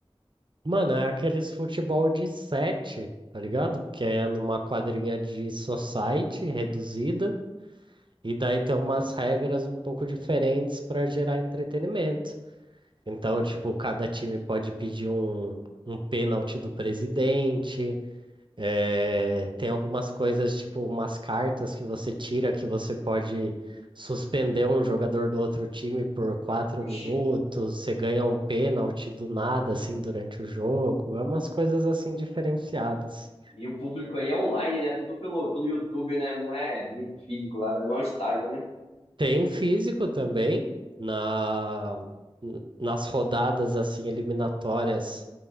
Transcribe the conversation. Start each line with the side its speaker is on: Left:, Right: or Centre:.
Right: Mano, é aqueles futebol de 7, tá ligado? Que é numa quadrinha de society reduzida, e daí tem umas regras um pouco diferentes pra gerar entretenimento. Então, tipo, cada time pode pedir um, um pênalti do presidente. eh, tem algumas coisas, tipo, umas cartas que você tira que você pode suspender um jogador do outro time por quatro
Left: Oxi.
Right: minutos. Você ganha um pênalti do nada, assim, durante o jogo. É umas coisas, assim, diferenciadas.
Left: E o público aí é online, né? Tudo pelo, pelo YouTube, né? Não é muito físico lá, né? Não é um estádio, né?
Right: Tem físico também, na, nas rodadas, assim, eliminatórias.